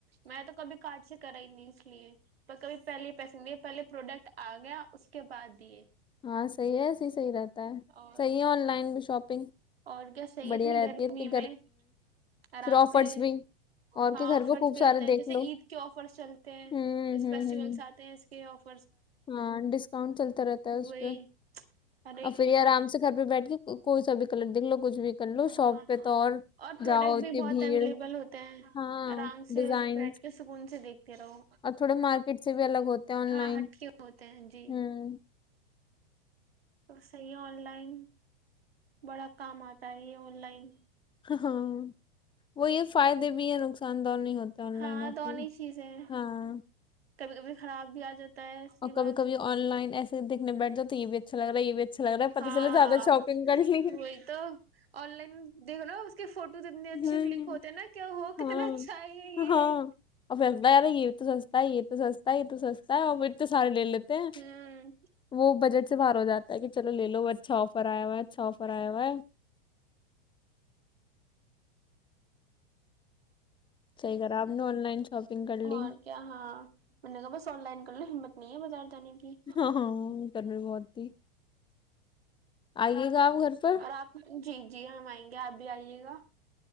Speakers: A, on the right (about 85°); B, on the left (about 15°).
A: میں تو کبھی کارٹ سے کرا ہی نہیں اس لیے پر کبھی پہلے پیسے دیے پہلے پروڈکٹ آ گیا اس کے بعد دیے
B: ہاں صحیح ہے ایسی صحی رہتا ہے
A: اور
B: صحیح ہے آن لائن شاپنگ
A: اور کیا صحیح
B: بڑھیا
A: اتنی
B: رہتی
A: گرمی
B: ہے اتنی
A: میں آرام
B: پھر آفرس
A: سے
B: بھی اور
A: ہاں
B: کے گھر
A: آفرس
B: پہ خوب
A: بھی
B: سارے
A: آتے ہیں
B: دیکھ
A: جیسے
B: لو
A: عید کے آفرس چلتے ہیں
B: ہوں
A: جیس
B: ہوں
A: فیسٹیولس
B: ہوں
A: آتے ہیں اس کے آفر
B: ہاں ڈسکاؤنٹ چلتا رہتا ہے اس
A: وہی
B: پہ
A: ارے
B: اور پھر یہ آرام
A: ہاں
B: سے گھر پہ بیٹھ کے کوئی سا بھی کلر دیکھ لو کچھ بھی کر لو
A: ہاںاں
B: شاپ پہ تو
A: اور پروڈکٹ
B: جاؤ اتنی
A: بھی بہت
B: بھیڑ
A: اویلیبل ہوتے ہیں
B: ہاں
A: آرام سے
B: ڈیزائن
A: بیٹھ کے سکون سے دیکھتے رہو
B: اور تھوڑے مارکیٹ سے بھی الگ ہوتے ہیں آن
A: ہاں
B: لائن
A: ہٹ ہوتے ہیں جی
B: ہوں
A: تو صحیح ہے آن لائن بڑا کام آتا ہے یہ آن لائن
B: ہاں وہی فائدے بھی ہے نقصان دہ نہیں ہو
A: ہاں
B: لن آف
A: دونوں چیزیں ہیں
B: ہاں
A: کبھی کبھی خراب بھی آ جاتی تی سی
B: اور کبھی
A: بات
B: کبھی آن لائن ایسے دیکھنے بیٹھجاو تو یہ بھی اچھا لگ رہا یہ بھی اچھا لگ رہا ہے
A: ہاں
B: پتہ چلا زیادہ شاپنگ کر لی
A: وہی تو آن لائن دیکھ لو اس کے فوٹوز اتنے اچھے
B: ہوں
A: کلک ہوتے ہے نہ کہ ہو
B: ہاں
A: کتنا اچھا ہے یہ
B: ہاں اور پھر لگتا ہے یار یہ تو سستا ہے یہ تو سستا ہے یہ تو سستا ہے اور پھر تو سارے لے لیتے ہیں
A: ہوں
B: وہ بجٹ سے باہر ہو جاتے کہ چلو لے لو اچھا آفر آیا ہوا ہے اچھا آفر آیا ہوا ہے صحیح کرا آپ نے آن لائن شاپنگ کر
A: اور
B: لی
A: کیا ہاں میں نے کہا بس آن لائن کر لو ہمت نہیںی بز ت نہیں بھی
B: ہاں ہاں گرمی بہت تھی آئیے گا آپ گھر پر
A: اور آپ جی جی ہم آئیں گے آپ بھی آئیے گا